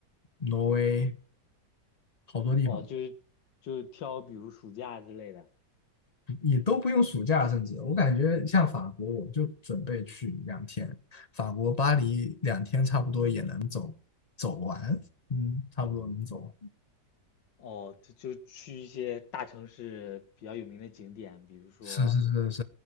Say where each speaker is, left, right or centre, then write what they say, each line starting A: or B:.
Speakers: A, on the left; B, on the left.
A: 挪威，好多地方
B: 哦，就是就挑比如暑假之类的，
A: 也都不用暑假，甚至我感觉像法国，我就准备去两天，法国巴黎两天差不多也能走走完，嗯，差不多能走。
B: 哦，就就去一些大城市比较有名的景点，比如说
A: 是是是是，